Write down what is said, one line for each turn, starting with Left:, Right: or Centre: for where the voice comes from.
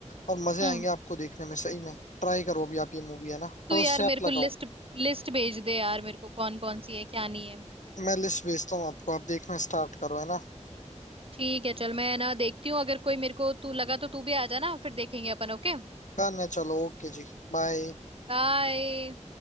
Left: और मजे
Right: हम्म
Left: आएंगे आपको देखने में सही में ट्राई करो अभी आप ये मूवी है ना फर्स्ट
Right: तो यार
Left: से आप
Right: मेरे
Left: लगाओ
Right: को लिस्ट लिस्ट भेज दे यार मेरे को कौन कौन सी है क्या नहीं है
Left: मैं लिस्ट भेजता हूँ आपको आप देखना स्टार्ट करो है ना
Right: ठीक है चल मैं ना देखती हूँ अगर कोई मेरे को तू लगा तो तू भी आ जाना फिर देखेंगे अपन ओके
Left: डन है चलो ओके जी बाय
Right: बाय